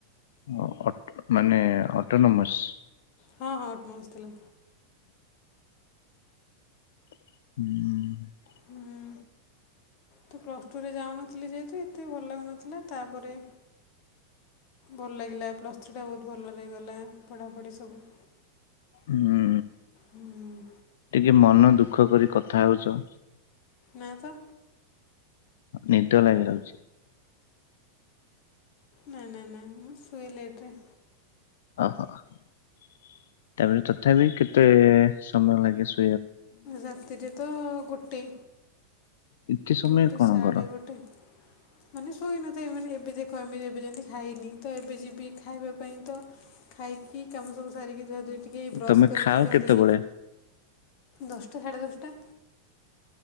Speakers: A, on the left; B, on the left.
A: ଉଁ ଅଟ୍ ମାନେ ଅଟୋନମସ୍।
B: ହଁ ହଁ ଅଟୋନମସ୍ ଥିଲା।
A: ହୁଁ।
B: ହୁଁ। ତ ପ୍ଲସ୍ ଟୁ ରେ ଯାଉନଥିଲି ଯେହେତୁ ଏତେ ଭଲ ଲାଗୁନଥିଲା ତାପରେ ଭଲ ଲାଗିଲା ପ୍ଲସ୍ ଥ୍ରୀଟା ବହୁତ ଭଲରେ ଗଲା ପଢ଼ାପଢ଼ି ସବୁ।
A: ହୁଁ
B: ଉଁ,
A: ଟିକେ ମନ ଦୁଃଖ କରି କଥା ହଉଛ।
B: ନା ତ
A: ନିଦ ଲାଗିଯାଉଛି।
B: ନାଇ ନାଇ ନାଇ ମୁଁ ସୁଏ ଲେଟ୍ ରେ
A: ଓହୋ ତାପରେ ତଥାପି କେତେ ସମୟ ଲାଗେ ସୁ
B: ରାତିରେ ତ ଗୋଟେ
A: ଏତେ ସମୟ
B: ଗୋଟେ
A: କଣ
B: ସାଡ଼େ
A: କର
B: ଗୋଟେ ମାନେ ଶୋଇନଥାଏ ମାନେ ଏବେ ଦେଖମେ ଏବେ ଯେମତି ଖାଇନି ତ ଏବେ ଯିବି ଖାଇବା ପାଇଁ ତ ଖାଇକି କାମ ସବୁ ସାରିକି ଧୁଆ ଧୁଇ ଟିକ ବ୍ରସ୍
A: ତମେ
B: କରିକି
A: ଖାଅ
B: ଧୁଆ
A: କେତେବେଳେ?
B: ଧୁଇ, ଦଶଟା ସାଢ଼େ ଦଶଟା।